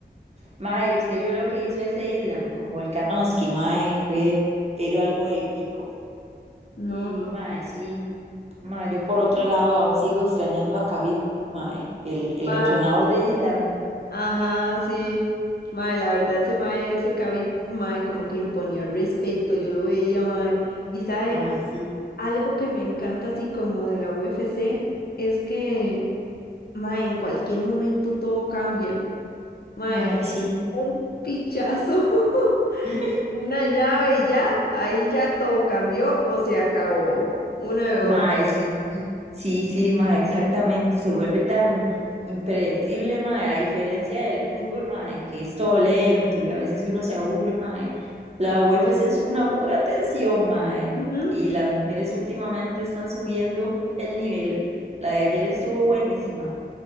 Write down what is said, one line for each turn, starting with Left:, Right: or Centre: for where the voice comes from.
Right: Mae, ¿y usted vio lo que hizo ese Island con Volkanovski, mae. Fue, pero algo épico.
Left: No,
Right: Y mae, sí. Ma, yo por otro lado aún sigo extrañando a Kavit, mae, el, el
Left: ma-
Right: entrenador de Island.
Left: ajá, sí. Mae, la verdad, ese mae, ese Khabib, mae, como que imponía respeto, yo lo veía, mae. Y sabe,
Right: Mae, sí,
Left: algo que me encanta así como de la UFC es que, mae, en cualquier momento todo cambia. Mae,
Right: mae, sí,
Left: un pichazo, <laughs>
Right: <laughs>
Left: una llave y ya, ahí ya todo cambió o se acabó. Una de dos.
Right: mae, sí, sí, sí, mae, exactamente. Se vuelve tan impredecible, mae, a diferencia del fútbol, mae, que es todo lento y a veces uno se aburre, mae. La UFC es una pura tensión, mae.
Left: Ujú.
Right: Y las mujeres últimamente están subiendo el nivel. La de ayer estuvo buenísima.